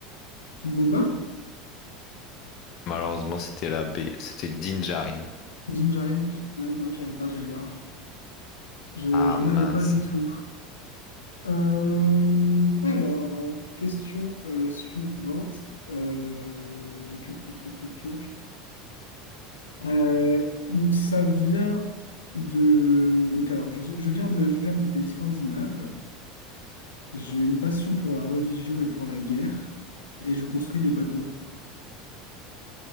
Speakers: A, on the left; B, on the left.
A: Boba?
B: Malheureusement, c'était la B, c'était Din Djarin.
A: Gingerine? Ouais, non, j'avais pas, j'avais pas. Je,
B: Ah
A: je
B: mince.
A: n'avais pas du tout. Euh, alors, euh, question euh, suivante. Euh, tchouk, tchouk, tchouk, tchouk, tchouk. Euh, donc, ça vient de. Donc, alors, je, je viens de, je viens de pays scandinaves. J'ai une passion pour la religion et pour la guerre, et je construis des bateaux.